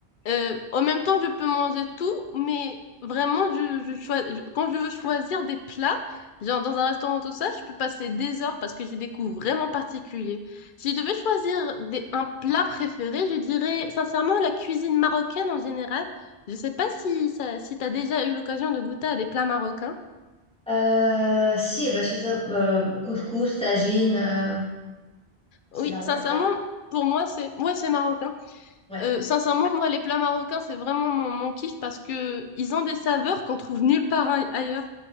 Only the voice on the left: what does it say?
euh, en même temps, je peux manger tout, mais vraiment, je, je choi- je- quand je veux choisir des plats, genre dans un restaurant ou tout ça, je peux passer des heures parce que j'ai des goûts vraiment particuliers. Si je devais choisir des, un plat préféré, je dirais, sincèrement, la cuisine marocaine en général. Je sais pas si ça, si t'as déjà eu l'occasion de goûter à des plats marocains.
Oui,
sincèrement,
pour moi, c'est ouais, c'est marocain.
Euh, sincèrement, moi, les plats marocains, c'est vraiment mon, mon kiff parce que ils ont des saveurs qu'on trouve nulle part ai- ailleurs.